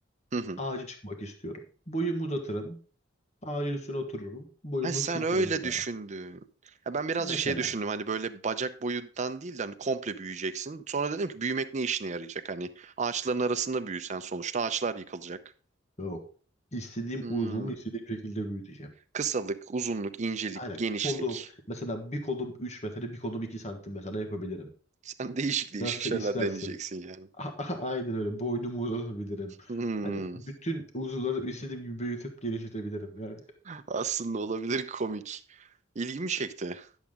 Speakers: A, on the right; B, on the left.
A: Hı hı.
B: Ağacı çıkmak istiyorum. Boyumu uzatırım. Ağacın üstüne otururum. Boyumu
A: Ha sen
B: küçültürüm
A: öyle
B: bir daha.
A: düşündün. Ha, ben birazcık
B: Mesela
A: şey düşündüm hani böyle bacak boyundan değil de hani komple büyüyeceksin. Sonra dedim ki büyümek ne işine yarayacak? Hani ağaçların arasında büyüsen sonuçta ağaçlar yıkılacak.
B: yok. İstediğim
A: Hmm.
B: uzuvumu istediğim şekilde büyüteceğim.
A: Kısalık, uzunluk, incelik,
B: Aynen
A: genişlik.
B: kolum mesela bir kolum üç metre bir kolum 2 santim mesela yapabilirim.
A: Sen <laughs> değişik değişik
B: Nasıl
A: şeyler
B: istersen.
A: deneyeceksin yani.
B: A- a- Aynen öyle boynumu uzatabilirim.
A: Hmm.
B: Hani bütün uzuvları istediğim gibi büyütüp genişletebilirim yani.
A: Aslında olabilir komik. İlgimi çekti.